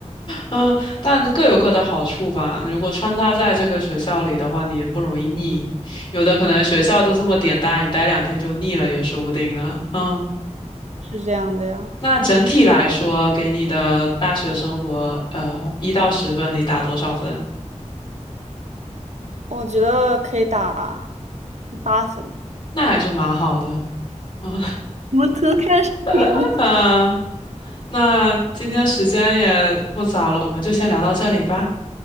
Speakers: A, on the left (about 40°); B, on the right (about 65°).
A: 嗯，但各有各的好处吧。如果穿插在这个学校里的话，你不容易腻。有的可能学校就这么点大，你待两天就腻了也说不定呢。嗯，
B: 是这样的呀，
A: 那整体来说，给你的大学生活，呃，一到十分，你打多少分？
B: 我觉得可以打八分。
A: 那还是蛮好的。嗯
B: 我们可能看上身体了。
A: <laughs>，嗯那今天时间也不早了，我们就先聊到这里吧。